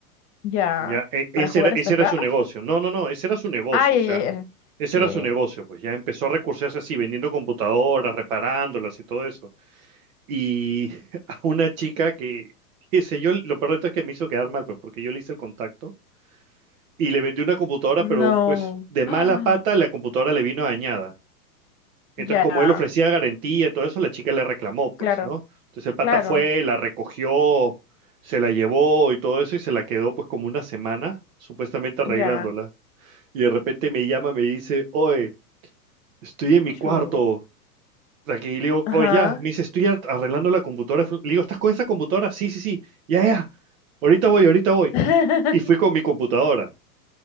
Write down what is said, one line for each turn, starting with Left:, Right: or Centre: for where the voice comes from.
Left: Ya.
Right: Ya, e- ese
Left: ¿Para jugar
Right: era, ese
Left: StarCraft?
Right: era su negocio. No, no, no, ese era su negocio.
Left: Ah, ya,
Right: O sea,
Left: ya, ya.
Right: ese
Left: Ya,
Right: era su
Left: ya,
Right: negocio.
Left: ya.
Right: Pues ya empezó a recursearse así, vendiendo computadoras, reparándolas y todo eso. Y <laughs> a una chica que, qué sé yo, lo peor de todo es que me hizo quedar mal, pues porque yo le hice el contacto y le vendí una computadora,
Left: No.
Right: pero pues de mala
Left: Ah,
Right: pata la computadora le vino dañada. Entonces,
Left: ya.
Right: como él ofrecía garantía y todo eso, la chica le reclamó, pues,
Left: Claro,
Right: ¿no? Entonces el pata
Left: claro.
Right: fue, la recogió, se la llevó y todo eso y se la quedó pues como una semana, supuestamente arreglándola.
Left: Ya.
Right: Y de repente me llama, me dice, oye, estoy en mi
Left: Chu.
Right: cuarto. Aquí le digo,
Left: Ajá.
Right: oye, ya, me dice, estoy ar- arreglando la computadora. Fu- Le digo, ¿estás con esa computadora? Sí, sí, sí, ya, ya. Ahorita voy, ahorita voy.
Left: <laughs>
Right: Y fui con mi computadora.